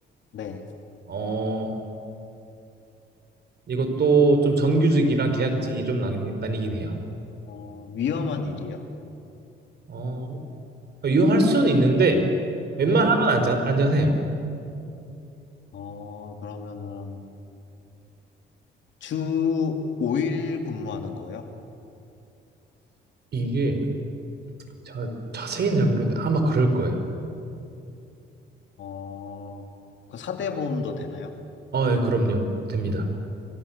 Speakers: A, on the left; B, on the right.
A: 네.
B: 어, 이것도 좀 정규직이랑 계약직이 좀 나뉘, 나뉘긴 해요.
A: 어, 위험한 일이요?
B: 어, 이용할 수는 있는데 웬만하면
A: 네.
B: 안전, 안전해요.
A: 어, 그러면은, 주 5일 근무하는 거예요?
B: 이게 제가 자세히는 잘 모르겠는데 아마 그럴 거예요.
A: 어, 그 사대보험도 되나요?
B: 어, 예, 그럼요. 됩니다.